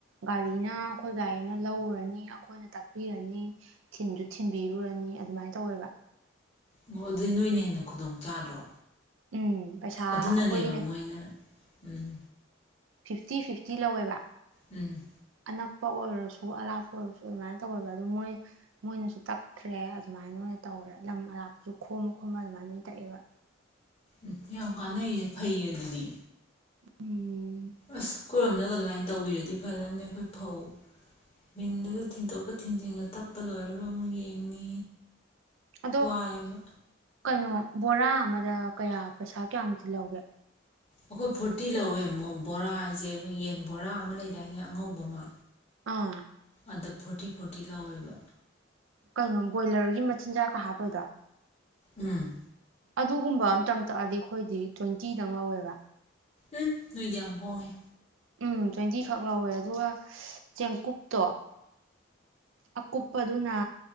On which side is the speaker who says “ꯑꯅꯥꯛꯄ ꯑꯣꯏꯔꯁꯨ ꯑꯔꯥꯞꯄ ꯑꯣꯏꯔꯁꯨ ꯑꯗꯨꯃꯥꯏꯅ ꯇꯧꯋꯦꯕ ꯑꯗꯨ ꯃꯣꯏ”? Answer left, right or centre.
Right